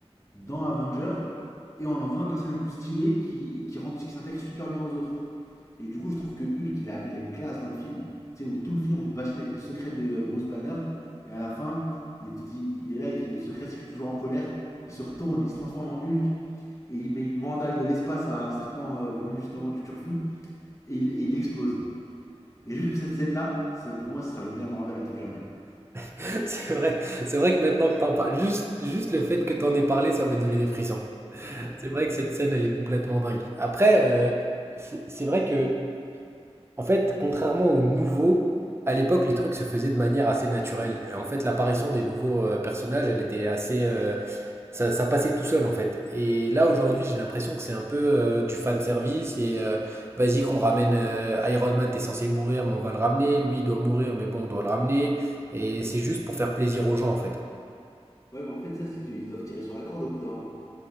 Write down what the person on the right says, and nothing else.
<laughs> C'est vrai, c'est vrai que maintenant que t'en parles, juste, juste le fait que t'en aies parlé, ça m'est donné des frissons.
C'est vrai
que cette scène, elle est complètement dingue. Après, euh, c'est c'est vrai que En fait, contrairement aux nouveaux, à l'époque, les trucs se faisaient de manière assez naturelle. Et En fait, l'apparition des nouveaux euh, personnages, elle était assez, euh, ça, ça passait tout seul en fait. Et là, aujourd'hui, j'ai l'impression que c'est un peu euh, du fan service et euh, vas-y qu'on ramène euh, Iron Man, t'es censé mourir, mais on va le ramener. Lui, il doit mourir, mais bon, on doit le ramener. Et c'est juste pour faire plaisir aux gens en fait.